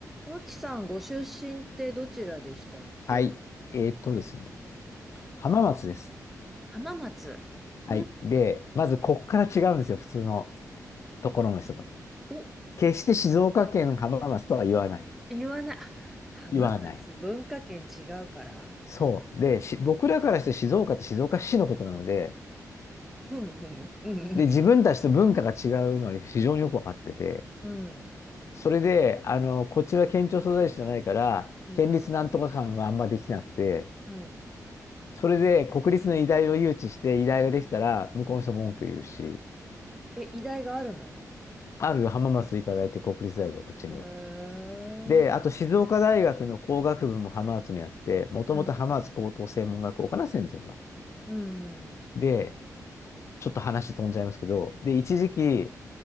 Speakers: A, in the centre; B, on the left (about 50°).
A: 脇さん、ご出身ってどちらでしたっけ
B: はい。えーっとですね。浜松です。
A: 浜松。
B: はい。
A: うん、
B: で、まずこっから違うんですよ。普通のところの人と。
A: お、
B: 決して静岡県浜松とは言わない。
A: 言わない。あ、浜松、
B: 言わない。
A: 文化圏違うから
B: そう。で、し僕らからして静岡って静岡市のことなので、
A: ふむふむ。うん
B: で、自分たちと文化が違うのは非常によくわかってて、
A: うん。
B: それで、あの、こっちは県庁所在地じゃないから、
A: うん。
B: 県立なんとか館はあんまできなくて、
A: うん。うん。
B: それで国立の医大を誘致して、医大ができたら、向こうの人文句言うし、
A: え、医大があるの
B: ある浜松医科大って国立大学がこっちには。
A: へー
B: で、あと静岡大学の工学部も浜松にあって、もともと浜松高等専門学校かな、
A: うん。
B: 戦生は。
A: うん。
B: で、ちょっと話飛んじゃいますけど、で、一時期、